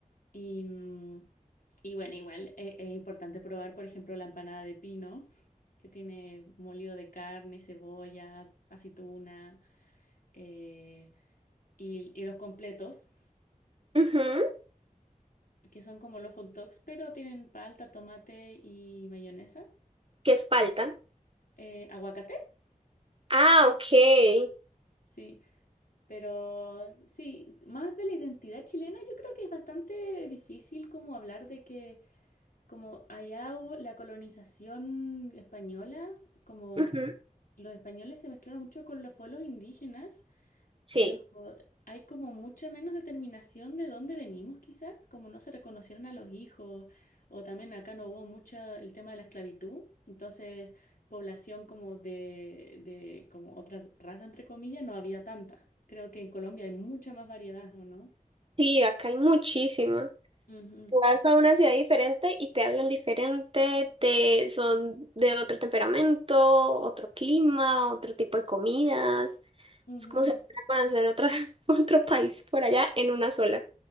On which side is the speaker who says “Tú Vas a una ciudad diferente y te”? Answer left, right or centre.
Right